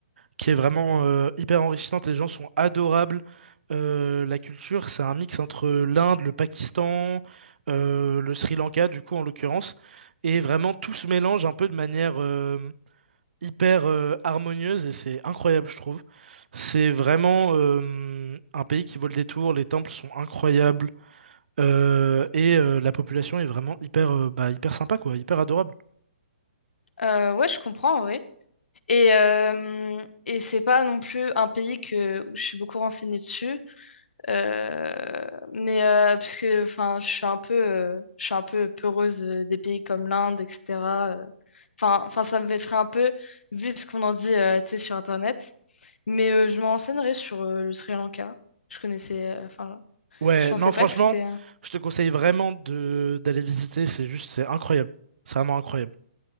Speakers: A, on the right (about 70°); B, on the left (about 85°).
A: Qui est vraiment euh, hyper enrichissante. Les gens sont adorables. Euh, la culture, c'est un mix entre l'Inde, le Pakistan, euh, le Sri Lanka du coup en l'occurrence. Et vraiment tout se mélange un peu de manière euh, hyper euh, harmonieuse et c'est incroyable je trouve. C'est vraiment euh, un pays qui vaut le détour. Les temples sont incroyables. Euh, et euh, la population est vraiment hyper, euh, bah, hyper sympa, quoi, hyper adorable.
B: Euh, ouais, je comprends en vrai. Et, euh, et c'est pas non plus un pays que, où je suis beaucoup renseignée dessus. Euh, mais euh, parce que enfin, je suis un peu, euh, je suis un peu peureuse euh, des pays comme l'Inde, etc. euh. Enfin, enfin, ça m'effraie un peu vu ce qu'on en dit, euh, tu sais, sur Internet. Mais euh, je me renseignerai sur euh, le Sri Lanka. Je connaissais, euh, enfin,
A: Ouais,
B: je pensais
A: non, franchement,
B: pas que c'était. euh,
A: je te conseille vraiment de d'aller visiter, c'est juste, c'est incroyable. C'est vraiment incroyable.